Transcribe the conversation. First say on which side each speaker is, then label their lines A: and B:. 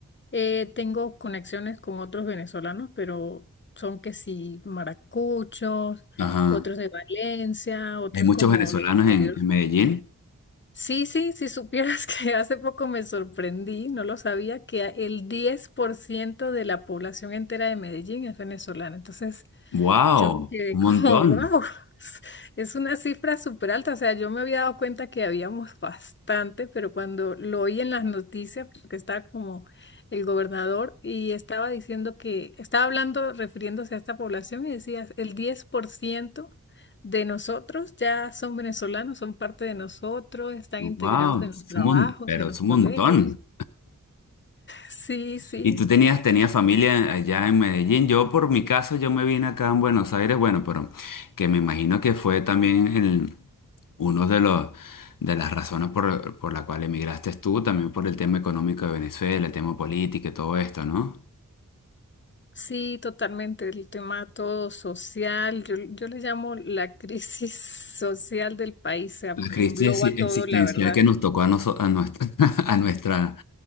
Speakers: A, on the left (about 35°); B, on the left (about 85°).
A: eh, tengo conexiones con otros venezolanos, pero son que sí maracuchos,
B: Ajá.
A: otros de Valencia, otros
B: Hay muchos
A: como
B: venezolanos
A: del interior
B: en, en Medellín.
A: Sí, sí, si supieras que <laughs> hace poco me sorprendí, no lo sabía, que el 10% de la población entera de Medellín es venezolana. Entonces,
B: ¡Wow!
A: yo me quedé
B: Un
A: como,
B: montón.
A: wow, <laughs> es una cifra súper alta. O sea, yo me había dado cuenta que habíamos bastante, pero cuando lo oí en las noticias, porque estaba como el gobernador y estaba diciendo que, estaba hablando, refiriéndose a esta población y decía, el 10% de nosotros ya son venezolanos, son parte de nosotros, están
B: ¡Wow!
A: integrados en
B: Es
A: los trabajos,
B: un mon- pero
A: en
B: es
A: los
B: un
A: colegios.
B: montón.
A: Sí, sí.
B: ¿Y tú tenías, tenías familia allá en Medellín? Yo, por mi caso, yo me vine acá en Buenos Aires, bueno, pero que me imagino que fue también el, uno de los, de las razones por, por la cual emigraste tú, también por el tema económico de Venezuela, el tema político y todo esto, ¿no?
A: Sí, totalmente. El tema todo social, yo, yo le llamo la <laughs> crisis social del país, o sea,
B: La
A: porque
B: crisis
A: engloba
B: exi-
A: todo,
B: existencial
A: la verdad.
B: que nos tocó a, noso- a nuestra, <laughs> a nuestra,